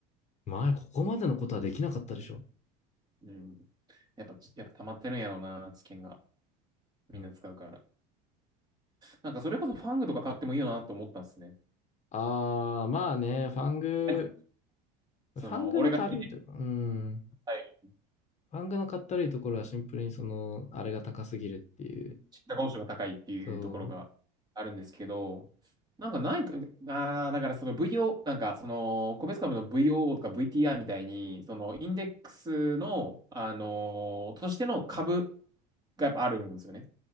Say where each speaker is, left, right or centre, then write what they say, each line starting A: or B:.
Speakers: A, on the left (about 35°); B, on the right (about 20°).
A: 前、ここまでのことはできなかったでしょ。
B: うん。やっぱ、やっぱ溜まってるんやろうな、知見が。みんな使うから。
A: うん、
B: なんか、それこそファングとか買ってもいいよなと思ったんですね。
A: あー、まあね、ファング、
B: はい
A: ファングのたるいというか、
B: その、俺が、は
A: うん。
B: い
A: 漫画のかったるいところはシンプルにその、あれが高すぎるっていう。
B: 知ったことが高いっていうところがあるんですけど、
A: そ
B: なんかないか、あーだからその VO、なんかその、個別株の VOO とか VTR みたいに、そのインデックスの、あのーとしての株がやっぱあるんですよね。